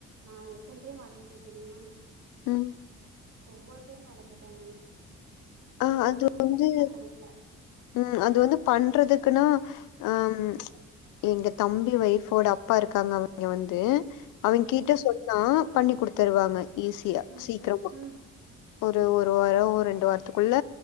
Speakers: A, on the right (about 60°); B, on the left (about 85°).
A: நா எத்தன டைம் அலஞ்சிட்ட தெரிமா
B: ம்
A: ஒவ்வொரு டைம் அலஞ்சிட்டன
B: ஆ அது வந்து
A: கெடைக்கல
B: ம் அது வந்து பண்றதுக்குன்னா அம் எங்க தம்பி வொய்ஃபோட அப்பா இருக்காங்க அவிங்க வந்து அவிங்கிட்ட
A: ம்
B: சொன்னா பண்ணி குடுத்துருவாங்க ஈஸியா
A: ம்
B: சீக்கிரமா
A: ம்
B: ஒரு ஒரு வாரோ ரெண்டு வாரத்துக்குள்ள